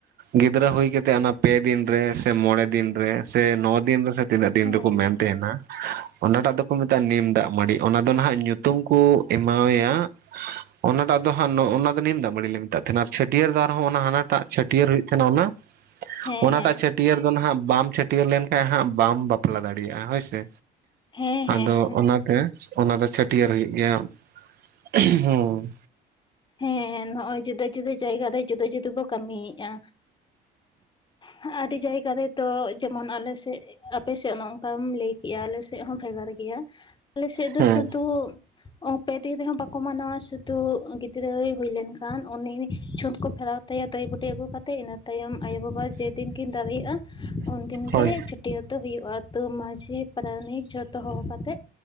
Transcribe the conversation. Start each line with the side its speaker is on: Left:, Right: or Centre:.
Right: ᱜᱤᱫᱽᱨᱟᱹ ᱦᱩᱭ ᱠᱟᱛᱮᱜ ᱚᱱᱟ ᱯᱮ ᱫᱤᱱ ᱨᱮ ᱥᱮ ᱢᱚᱬᱮ ᱫᱤᱱ ᱨᱮ ᱥᱮ ᱱᱚ ᱫᱤᱱ ᱨᱮ ᱥᱮ ᱛᱤᱱᱟᱹᱜ ᱫᱤᱱ
Left: ᱦᱮᱸ
Right: ᱨᱮᱠᱚ
Left: ᱦᱮᱸ
Right: ᱢᱮᱱ ᱛᱟᱦᱮᱸᱱᱟ ᱚᱱᱟᱴᱟᱜ ᱫᱚᱠᱚ ᱢᱮᱛᱟᱜᱼᱟ ᱱᱤᱢ ᱫᱟᱜᱽ ᱢᱟᱹᱰᱤ ᱚᱱᱟ ᱫᱚ ᱱᱟᱦᱟᱸᱜ ᱧᱩᱛᱩᱢ ᱠᱚ ᱮᱢᱟᱣᱭᱟ ᱚᱱᱟᱴᱟᱜ ᱫᱚ ᱦᱟᱜᱽ ᱚᱱᱟ ᱫᱚ ᱱᱤᱢ ᱫᱟᱜᱽ ᱢᱟᱹᱲᱤ ᱞᱮ ᱢᱮᱛᱟᱜ ᱛᱟᱦᱮᱸᱱᱟ᱾ ᱟᱨ ᱪᱷᱟᱹᱴᱭᱟᱹᱨ ᱫᱚ ᱟᱨᱦᱚᱸ ᱚᱱᱟ ᱦᱟᱱᱟᱴᱟᱜ ᱪᱷᱟᱹᱴᱭᱟᱹᱨ ᱦᱩᱭᱩᱜ ᱛᱟᱦᱮᱸᱱᱟ ᱚᱱᱟ
Left: ᱦᱮᱸ
Right: ᱚᱱᱟᱴᱟᱜ
Left: ᱦᱮᱸ
Right: ᱪᱷᱟᱹᱴᱭᱟᱹᱨ ᱫᱚ ᱱᱟᱦᱟᱸᱜ ᱵᱟᱢ ᱪᱷᱟᱹᱴᱭᱟᱹᱨ ᱞᱮᱱᱠᱷᱟᱭ ᱦᱟᱸᱜ ᱵᱟᱢ ᱵᱟᱯᱞᱟ ᱫᱟᱲᱮᱭᱟᱜᱼᱟ ᱦᱳᱭ ᱥᱮ᱾
Left: ᱦᱮᱸ ᱦᱮᱸ
Right: ᱟᱫᱚ
Left: ᱦᱮᱸ
Right: ᱚᱱᱟ ᱛᱮ ᱚᱱᱟ ᱫᱚ ᱪᱷᱟᱹᱴᱭᱟᱹᱨ ᱦᱩᱭᱩᱜ ᱜᱮᱭᱟ ᱦᱮᱸ,
Left: ᱦᱮᱸ ᱱᱚᱜᱼᱚᱸᱭ ᱡᱩᱫᱟᱹ ᱡᱩᱫᱟᱹ ᱡᱟᱭᱜᱟ ᱨᱮ ᱡᱩᱫᱟᱹ ᱡᱩᱫᱟᱹ ᱵᱚ ᱠᱟᱹᱢᱤᱭᱮᱜᱼᱟ᱾ ᱦᱮᱸ ᱟᱹᱰᱤ ᱡᱟᱭᱜᱟ ᱨᱮᱛᱚ ᱡᱮᱢᱚᱱ ᱟᱞᱮ ᱥᱮᱜ ᱟᱯᱮ ᱥᱮᱜ ᱱᱚᱜ ᱚᱝᱠᱟᱢ ᱞᱟᱹᱭ ᱠᱮᱜᱼᱟ ᱟᱞᱮ ᱥᱮᱫ ᱦᱚᱸ ᱵᱷᱮᱜᱟᱨ ᱜᱮᱭᱟ ᱟᱞᱮ ᱥᱮᱜ ᱫᱚ
Right: ᱦᱩᱸ
Left: ᱥᱩᱫᱩ, ᱚᱸ ᱯᱮ ᱫᱤᱱ ᱨᱮᱦᱚᱸ ᱵᱟᱠᱚ ᱢᱟᱱᱟᱣᱟ ᱥᱩᱫᱩ ᱜᱤᱫᱽ -ᱨᱟᱹᱭ ᱦᱩᱭ ᱞᱮᱱ ᱠᱷᱟᱱ ᱩᱱᱤ ᱪᱷᱩᱸᱛ ᱠᱚ ᱯᱷᱮᱨᱟᱣ ᱛᱟᱭᱟ ᱫᱟᱹᱭ ᱵᱩᱴᱷᱤ ᱟᱹᱜᱩ ᱠᱟᱛᱮᱱ ᱤᱱᱟᱹ ᱛᱟᱭᱚᱢ ᱟᱭᱳᱼᱵᱟᱵᱟ ᱡᱮᱫᱤᱱ ᱠᱤᱱ ᱫᱟᱲᱮᱭᱟᱜᱼᱟ ᱩᱱᱫᱤᱱ ᱜᱮ,
Right: ᱦᱳᱭ
Left: ᱪᱷᱟᱹᱴᱭᱟᱹᱨ ᱫᱚ ᱦᱩᱭᱩᱜᱼᱟ ᱛᱚ ᱢᱟᱺᱡᱷᱤ ᱯᱟᱨᱟᱱᱤᱠ ᱡᱷᱚᱛᱚ ᱦᱚᱦᱚ ᱠᱟᱛᱮᱜ